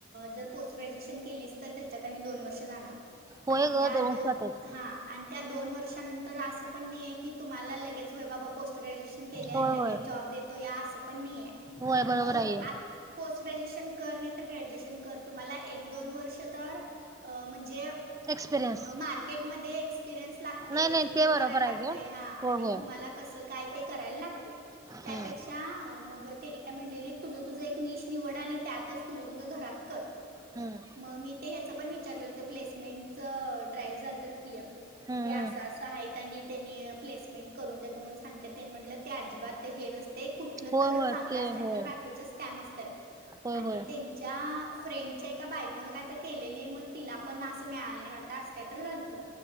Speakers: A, on the right; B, on the right.
A: जर पोस्ट ग्रॅज्युएशन केली तर त्याच्यात आणि दोन वर्ष जाणार.
B: होय
A: आणि
B: ग
A: त्या
B: वर्षातच
A: दोन हा आन त्या दोन वर्षानंतर असं पण नाही आहे की तुम्हाला लगेच होय बाबा पोस्ट ग्रॅज्युएश केल आन
B: होय
A: लगेच
B: होय
A: जॉब देतो या आस पण नाही, हे
B: होय बरोबर
A: मग
B: आहे
A: आत पोस्ट ग्रेड्युएशन कर नाही तर ग्रॅज्युएशन कर तुम्हाला एक दोन वर्ष तर अ म्हणजे
B: एक्सपिरियन्स
A: मार्केट मधे एक्सपिरियन्स लागते
B: नाही
A: एक्सप्लोर
B: नाही ते बरोबर
A: करायला लागते
B: आहे ग
A: हा
B: होय
A: आणि
B: होय
A: कस काय ते करायला लागते
B: हम्म
A: त्यापेक्षा मग त्यानी काय म्हणलेले तुझ तुझ एक नीश निवड आणि त्यातच तुझ तुझं घरात कर
B: हम्म
A: मग मी ते ह्याच पण विचारले. ते प्लेसमेंट च ड्राईव्ह झलतत की,
B: हम्म
A: ते आस
B: हम्म
A: आस हायत त्यांनी त्यांनी प्लेसमेंट करून देतो म्हणून सांगत्यात त्यांनी म्हटलं ते अजिबात हे नस ते कुठलं
B: होय
A: तरच
B: होय
A: चांगलं
B: ते
A: असायल
B: होय
A: नाही तर बाकीचे स्कॅम अस आणि
B: होय होय
A: त्यांच्या फ्रेंडच्या एका बायकोनं कायतर केलेली मग तिला पण अस मिळालं नाही वाटतं असं कायतर झालतं